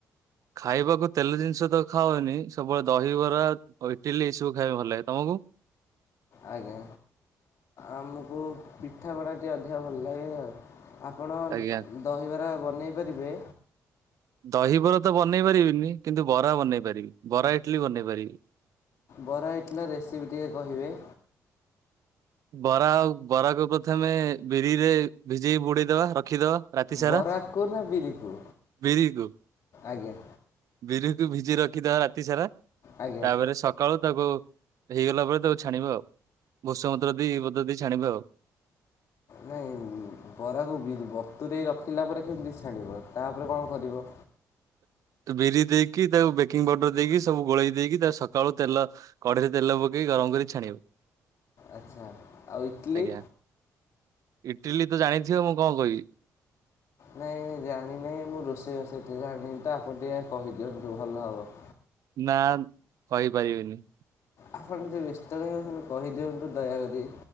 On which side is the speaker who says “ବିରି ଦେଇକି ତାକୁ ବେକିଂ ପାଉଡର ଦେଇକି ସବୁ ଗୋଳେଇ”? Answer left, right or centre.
Right